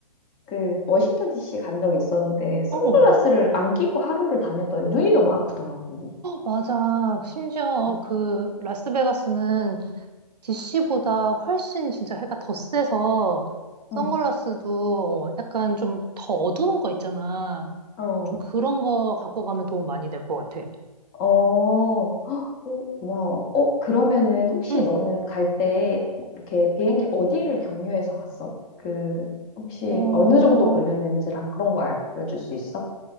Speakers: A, on the left; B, on the right.
A: 그, 워싱턴 DC 간 적이 있었는데, 선글라스를
B: 어, 어,
A: 안 끼고 하루를 다녔더니 눈이 너무 아프더라고.
B: 맞아. 심지어
A: 어,
B: 그 라스베가스는 DC보다 훨씬 진짜 해가 더 세서 선글라스도
A: 응,
B: 어, 약간 좀 더 어두운 거 있잖아.
A: 어.
B: 좀 그런 거 갖고 가면 도움 많이 될 것 같아.
A: 어, 헉, 오 고마워. 어, 그러면은 혹시
B: 응.
A: 너는 갈 때 이렇게 비행기 어디를 경유해서 갔어? 그, 혹시
B: 어,
A: 어느 정도 걸렸는지랑 그런 거 알려줄 수 있어?